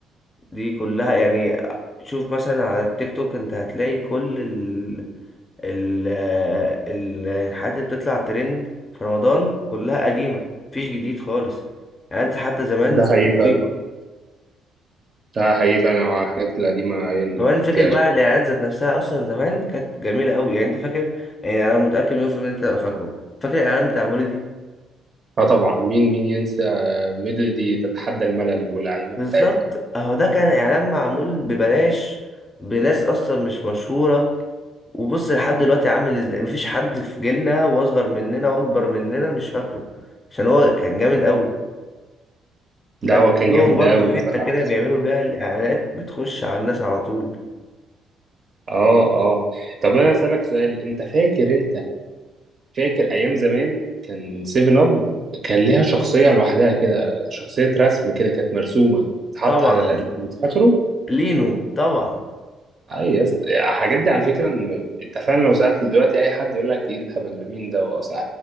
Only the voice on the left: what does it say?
دي كلها يعني شوف مثلا على التيك توك انت هتلاقي كل ال ال ال- الحاجات اللي بتطلع ترند في رمضان كلها قديمه مفيش جديد خالص اعلانات حتى زمان
رهيبه
كمان
فكرة بقى الإعلانات ذات نفسها أصلا زمان كانت جميلة أوي يعني أنت فاكر يعني أنا متأكد مليون في المية أنت تبقى فاكره فاكر الإعلان بتاع مريدي
بالظبط
اهو ده كان اعلان معمول ببلاش بناس اصلا مش مشهوره وبص لحد دلوقتي عامل ازاي مفيش حد في جيلنا واصغر مننا واكبر مننا مش فاكره عشان هو كان جامد قوي كان
عندهم
برضو
حته
كده بيعملوا بيها الاعلانات بتخش على الناس على طول
طبعا
لينو طبعا